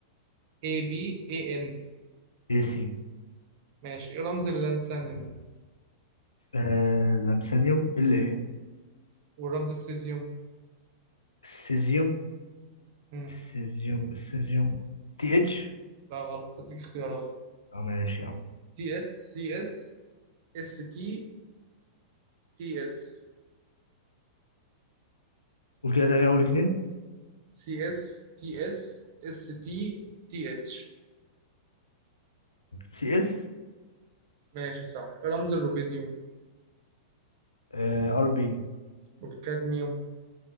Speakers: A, on the right; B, on the left.
A: اي بي اي ان
B: اي سي
A: ماشي ايه رمز اللانثانيوم
B: آه لامسانيوم ال ايه
A: ورمز السيزيوم
B: السيزيوم
A: مم.
B: السيزيوم السيزيوم تي اتش
A: لا غلط هديك اختيارات
B: اه ماشي يا عم
A: تي اس سي اس اس تي تي اس
B: قول كده تاني اول اتنين
A: سي اس تي اس اس تي تي اتش
B: سي اس
A: ماشي صح رمز الروبيديوم
B: آه، ار بي
A: والكادميوم